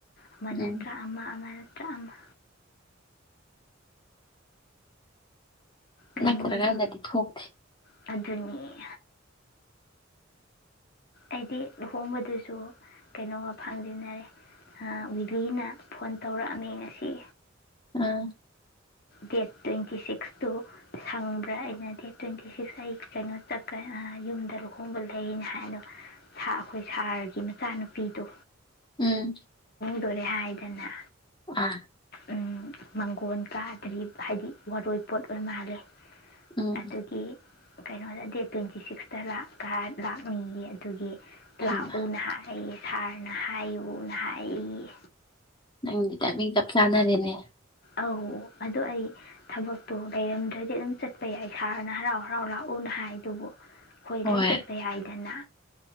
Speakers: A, on the left (about 50°); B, on the left (about 25°).
A: ꯑꯃꯅꯠꯇ꯭ꯔ
B: ꯎꯝ
A: ꯑꯃ ꯑꯃ ꯑꯃ ꯀꯩꯅꯣꯗꯣ
B: ꯅꯠꯇ꯭ꯔꯒꯥꯟꯗꯗꯤ ꯊꯣꯛꯇꯦ
A: ꯑꯗꯨꯅꯤ ꯑꯩꯗꯤ ꯂꯨꯍꯣꯡꯕꯗꯨꯁꯨ ꯀꯩꯅꯣꯒ ꯐꯥꯡꯖꯤꯟꯅꯔꯦ ꯋꯤꯂꯤꯅ ꯐꯣꯟ ꯇꯧꯔꯛꯑꯝꯃꯦ ꯉꯁꯤ
B: ꯑꯥ
A: ꯗꯦꯠ ꯇ꯭ꯋꯦꯟꯇꯤ ꯁꯤꯛꯁꯇꯨ ꯁꯪꯕ꯭ꯔꯥ ꯑꯩꯅ ꯗꯦꯠ ꯇ꯭ꯋꯦꯟꯇꯤ ꯁꯤꯛꯁ ꯑꯩ ꯀꯩꯅꯣꯀ ꯌꯨꯝꯗ ꯂꯨꯍꯣꯡꯕ ꯂꯩꯅ ꯍꯥꯏꯗꯣ ꯁꯥ ꯑꯩꯈꯣꯏ ꯁꯥꯔꯒꯤ ꯃꯆꯥꯅꯨꯄꯤꯗꯣ
B: ꯎꯝ
A: ꯇꯣꯔꯦ ꯍꯥꯏꯗꯅ
B: ꯑꯥ
A: ꯎꯝ ꯃꯪꯒꯣꯟ ꯀꯥꯔ ꯀꯔꯤ ꯍꯥꯏꯗꯤ ꯋꯥꯔꯣꯏ ꯄꯣꯠ ꯑꯣꯏ ꯃꯥꯜꯂꯦ
B: ꯎꯝ ꯎꯝ
A: ꯑꯗꯨꯒꯤ ꯀꯩꯅꯣꯗ ꯗꯦꯠ ꯇ꯭ꯋꯦꯟꯇꯤ ꯁꯤꯛꯁꯇ ꯂꯥꯛ ꯂꯥꯛꯅꯤꯡꯏ ꯑꯗꯨꯒꯤ
B: ꯍꯩꯃꯥ
A: ꯂꯥꯛꯑꯣꯅ ꯍꯥꯏ ꯁꯥꯔꯅ ꯍꯥꯏꯌꯨꯅ ꯍꯥꯏꯌꯦ
B: ꯅꯪꯗ ꯇꯤꯃꯤꯡ ꯀꯞ ꯆꯥꯅꯔꯦꯅꯦ
A: ꯑꯧ ꯑꯗꯣ ꯑꯩ ꯊꯕꯛꯇꯣ ꯂꯩꯔꯝꯗ꯭ꯔꯗꯤ ꯑꯗꯨꯝ ꯆꯠꯄ ꯌꯥꯏ ꯁꯥꯔꯅ ꯍꯔꯥꯎ ꯍꯔꯥꯎ ꯂꯥꯛꯎꯅ ꯍꯥꯏꯗꯨꯕꯨ ꯑꯩꯈꯣꯏ
B: ꯍꯣꯏ
A: ꯂꯣꯏ ꯆꯠꯄ ꯌꯥꯏꯗꯅ